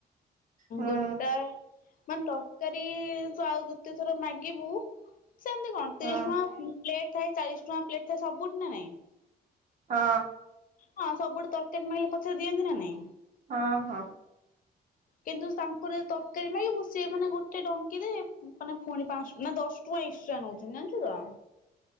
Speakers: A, on the right; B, on the left.
A: ହୁଁ
B: ଗୋଟା ମାନେ ଟ ତରକାରୀ ତ ଆଉ ଦୁତୀୟ ଥର ମାଗିବୁ ସେମିତି କଣ ତିରିଶ
A: ହଁ
B: ଟଙ୍କା ପ୍ଲେଟ ଥାଏ ଚାଳିଶ ଟଙ୍କା ପ୍ଲେଟ ଥାଏ ସବୁଟି ନା ନାଇଁ?
A: ହଁ।
B: ହଁ ସବୁଠି ତରକାରୀ ମାଗିଲେ ପଛରେ ଦିଅନ୍ତି ନା ନାଇଁ?
A: ହଁ ହଁ।
B: କିନ୍ତୁ ତାଙ୍କର ତରକାରୀ ନାଇ ସେ ମାନେ ଗୋଟେ ଡଙ୍କି ଦେବେ ମାନେ ଫୁଣି ପାଞ୍ଚ ନା ଦଶ ତୁ ଏକ୍ସ୍ରା ନଉଚନ୍ତି ଜାନଚୁ ତ।